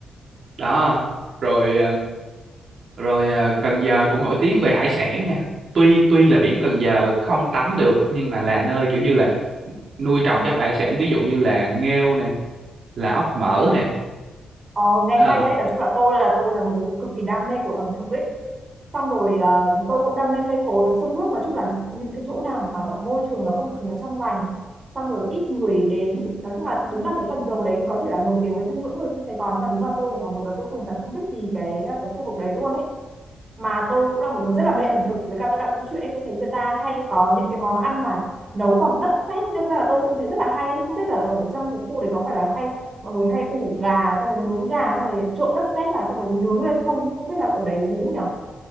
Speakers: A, on the right; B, on the right.
A: đó rồi rồi à, Cần Giờ cũng nổi tiếng về hải sản nha tuy tuy là biển Cần Giờ không tắm được nhưng mà là nơi kiểu như là nuôi trồng các loại hải sản ví dụ như là nghêu nè là ốc mỡ nè
B: ồ nghe
A: à.
B: hay đấy nói chung là tôi là tôi là một người cực kỳ đam mê kiểu ẩm thực ấy xong rồi ờ, tôi cũng đam mê cây cối sông nước nói chung là những cái chỗ nào mà môi trường nó không khí nó trong lành xong rồi ít người đến nói chung là đúng là cái Cần Giờ đấy có thể là nổi tiếng với trong mỗi người trong Sài Gòn nhưng mà đúng là tôi ở Hà Nội là tôi không thật không biết gì cái ờ, cái khu vực đấy luôn ấy mà tôi cũng là một đứa rất là mê ẩm thực với cả tôi đọc trong truyện ấy tôi thấy người ta hay có những cái món ăn mà nấu bằng đất sét ấy đâm ra là tôi cũng thấy rất là hay không biết là ở trong cái khu đấy có phải là hay mọi người hay ủ gà xong rồi nướng gà xong rồi trộn đất sét vào xong rồi nướng lên không không biết là ở đấy nướng nhỉ